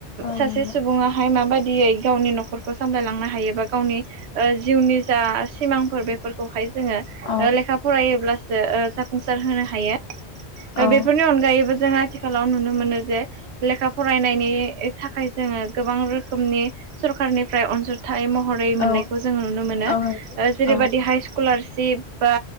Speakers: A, on the left; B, on the right.
A: औ
B: सासे
A: नंगौ
B: सुबुङा हाय माबादियै गावनि न'खरखौ सामलायलांनो हायो बा गावनि ओ जिउनि जा सिमांफोर बेफोरखौहाय जोङो
A: औ
B: लेखा फरायोब्लासो जाफुंसार होनो हायो
A: औ
B: बेफोरनि अनगायैबो जों आथिखालाव नुनो मोनो जे लेखा फरायनायनि थाखाय जोङो गोबां रोखोमनि सरखारनिफ्राय अनसुं थाय महरै मोननायखौ
A: औ
B: जोङो नुनो मोनो
A: औ नंगौ
B: जेरैबायदि
A: औ
B: हाइ स्कलारशिप बा